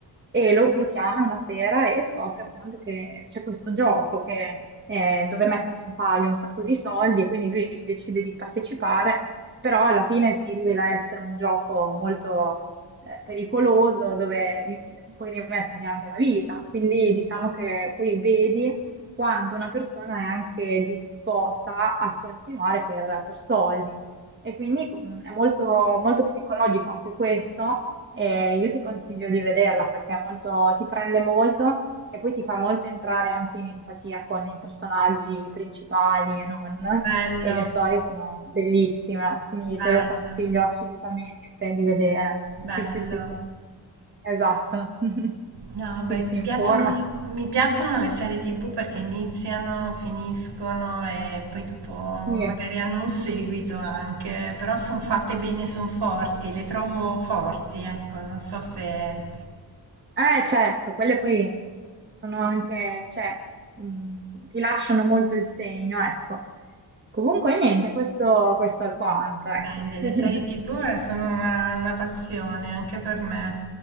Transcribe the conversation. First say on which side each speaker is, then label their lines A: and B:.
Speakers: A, on the right; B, on the right.
A: e lo, lo chiama una sera e scopre appunto che c'è questo gioco che eh, dove mettono in palio un sacco di soldi e quindi lui decide di partecipare, però alla fine si rivela essere un gioco molto eh, pericoloso dove ri- puoi rimettere anche la vita. Quindi diciamo che poi vedi quanto una persona è anche disposta a continuare per, per soldi. E quindi mm, è molto, molto psicologico anche questo. E io ti consiglio di vederla perché è molto, ti prende molto e poi ti fa molto entrare anche in empatia con i personaggi principali e non,
B: Bello,
A: e le storie sono bellissime, quindi
B: bello,
A: te lo consiglio assolutamente di vedere.
B: bello.
A: Sì, sì, sì, sì, esatto. <laughs>
B: No, beh,
A: Sì,
B: mi
A: sì,
B: piacciono,
A: informati.
B: s- mi piacciono le serie TV perché iniziano, finiscono e poi dopo magari
A: Sì.
B: hanno un seguito anche, però sono fatte bene, sono forti, le trovo forti, ecco, non so se...
A: Eh, certo, quelle poi sono anche, cioè, mh, ti lasciano molto il segno, ecco. Comunque, niente, questo, questo è quanto, ecco.
B: Belle, le serie TV
A: <laughs>
B: eh, sono una, una passione anche per me,